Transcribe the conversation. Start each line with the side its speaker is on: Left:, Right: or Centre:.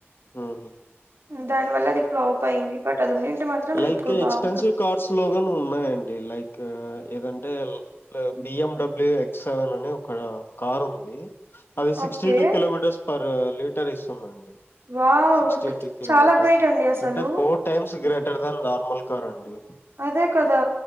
Left: హ్మ్.
Right: దాని వల్ల అది ఫ్లాప్ అయింది బట్ అది మాత్రం
Left: లైక్
Right: ఎక్కువ
Left: ఎక్స్పెన్సివ్
Right: బాగుంటుంది
Left: కార్స్ లోగాని ఉన్నాయండి లైక్ ఏదంటే బిఎండబ్ల్యూ ఎక్స్ సెవెన్ అని ఒక కార్ ఉంది అది sixty
Right: okay
Left: two kilometres per litre ఇస్తుందిండి
Right: వావ్!
Left: సిక్స్టీ టూ కిలోమీటర్స్
Right: చాలా గ్రేట్ అండి అసలు.
Left: అంటే Four times great normal car అండి
Right: అదే కదా